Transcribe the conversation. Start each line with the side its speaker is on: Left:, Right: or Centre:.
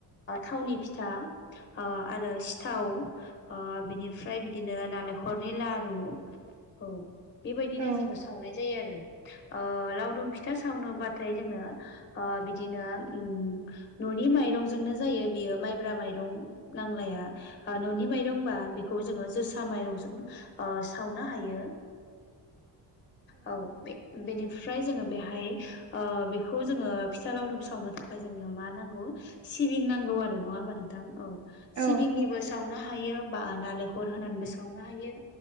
Left: थावनि फिथा आरो सिथाव बिनिफ्राय बिदिनो नालेंखरनि लारु औ बेबायदिनो
Right: औ
Left: जोंङो सावनाय जायो आरो लावदुम फिथा सावनोबाथाय जोंनो बिदिनो उम न'नि माइरंजोंनो जायो बेयो माइब्रा माइरं नांलाया न'नि माइरंबा बेखौ जोंङो जोसा माइरंजों ओ सावनो हायो।
Right: <inaudible>
Left: औ बेनिफ्राय फ्राय जोंङो बेहाय बेखौ जोंङो फिथा लावदुम सावनो थाखाय जोंनो मा नांगौ सिबिं नांगौ आरो नंङा होमबा नोंथां औ सिबिंनिबो
Right: औ
Left: सावनो हायो बा नालेंखर होनानैबो सावनो हायो।